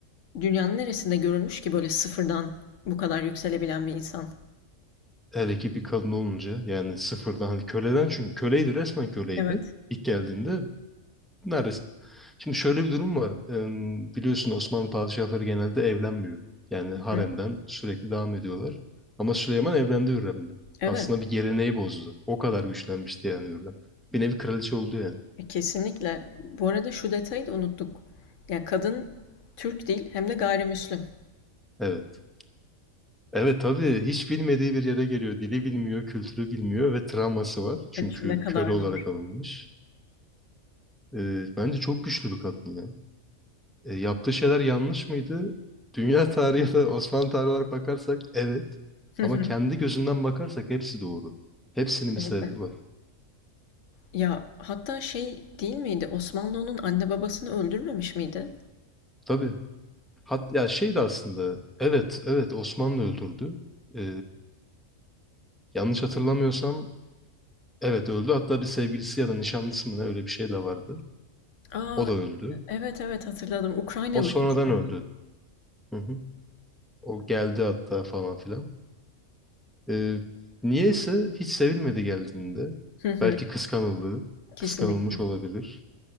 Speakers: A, on the left (about 70°); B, in the centre.
A: dünyanın neresinde görülmüş ki böyle sıfırdan bu kadar yükselebilen bir insan?
B: Hele ki bir kadın olunca yani sıfırdan hani köleden çünkü köleydi resmen köleydi
A: Evet.
B: ilk geldiğinde neredeyse. Şimdi şöyle bir durum var. Em, Biliyorsun Osmanlı padişahları genelde evlenmiyor. Yani
A: Hı
B: haremden
A: hı.
B: sürekli devam ediyorlar. Ama Süleyman evlendi Hürrem'le.
A: Evet.
B: Aslında bir geleneği bozdu. O kadar güçlenmişti yani Hürrem. Bir nevi kraliçe oldu yani.
A: E, kesinlikle. Bu arada şu detayı da unuttuk. Yani kadın Türk değil hem de gayrimüslim.
B: Evet. Evet tabii hiç bilmediği bir yere geliyor. Dili bilmiyor, kültürü bilmiyor ve travması var. Çünkü
A: Evet, ne kadar
B: köle
A: zor.
B: olarak alınmış. Ee, bence çok güçlü bir kadın ya. E, yaptığı şeyler yanlış mıydı? Dünya <laughs> tarihi ya da Osmanlı tarihi olarak bakarsak evet.
A: Hı
B: Ama
A: hı.
B: kendi gözünden bakarsak hepsi doğru. Hepsinin
A: Kesinlikle.
B: bir sebebi var.
A: Ya hatta şey değil miydi? Osmanlı'nın anne babasını öldürmemiş miydi?
B: Tabii. Hat ya şey de aslında evet evet Osmanlı öldürdü. E, yanlış hatırlamıyorsam evet öldü. Hatta bir sevgilisi ya da nişanlısı mı ne öyle bir şey de vardı.
A: Aa
B: O da öldü.
A: evet evet hatırladım. Ukraynalıydı
B: O sonradan
A: sanki.
B: öldü. Hı hı. O geldi hatta falan filan. E, niyeyse hiç sevilmedi geldiğinde.
A: Hı hı.
B: Belki kıskanıldı.
A: Kesinlikle.
B: Kıskanılmış olabilir.